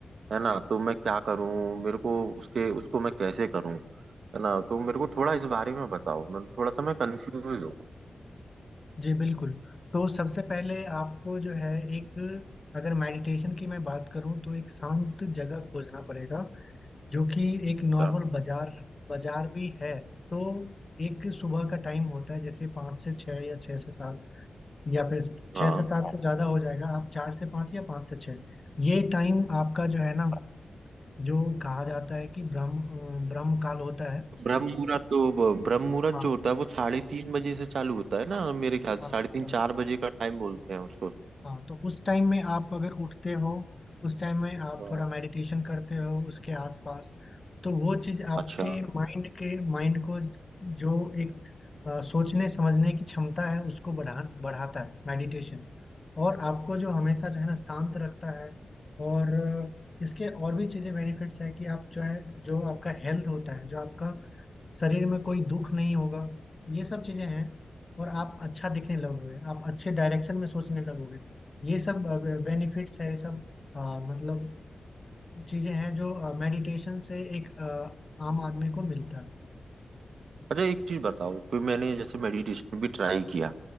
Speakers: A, on the right (about 80°); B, on the left (about 30°).
A: है ना तो मैं क्या करूं मेरे को उसके उसको मैं कैसे करूं है ना तो मेरे को थोड़ा इस बारे में बताओ मैं थोड़ा सा मैं कंफ्यूज हूँ
B: जी बिल्कुल तो सबसे पहले आपको जो है एक अगर मेडिटेशन की मैं बात करूँ तो एक शांत जगह खोजना पड़ेगा जो कि एक नॉर्मल
A: अच्छा
B: बाजार बाजार भी है तो एक सुबह का टाइम होता है जैसे पाँच से छः या छः से सात या फिर छः
A: हाँ
B: से सात तो ज़्यादा हो जाएगा आप चार से पाँच या पाँच से छः ये टाइम आपका जो है ना जो कहा जाता है कि ब्रह्म ब्रह्म काल होता है
A: ब्रह्म मुहूर्त तो ब- ब्रह्म मुहूर्त
B: हाँ
A: जो होता है वो साढ़े तीन बजे से चालू होता है ना मेरे ख्याल से
B: हाँ
A: साढ़े तीन
B: सर
A: चार बजे का टाइम बोलते हैं उसको
B: हाँ तो उस टाइम में आप अगर उठते हो उस टाइम में आप
A: हाँ।
B: थोड़ा मेडिटेशन करते हो उसके आसपास तो वो चीज आपके
A: अच्छा
B: माइंड के माइंड को जो एक अ, सोचने समझने की क्षमता है उसको बढ़ा बढ़ाता है मेडिटेशन और आपको जो हमेशा जो है ना शांत रखता है और अ, इसके और भी चीजें बेनिफिट्स है कि आप जो है जो आपका हेल्थ होता है जो आपका शरीर में कोई दुख नहीं होगा ये सब चीजें हैं और आप अच्छा दिखने लगोगे आप अच्छे डायरेक्शन में सोचने लगोगे ये सब बेनिफिट्स है ये सब अ, मतलब चीजें हैं जो मेडिटेशन से एक अ, आम आदमी को मिलता है
A: अच्छा एक चीज बताओ कि मैंने जैसे मेडिटेशन भी ट्राई किया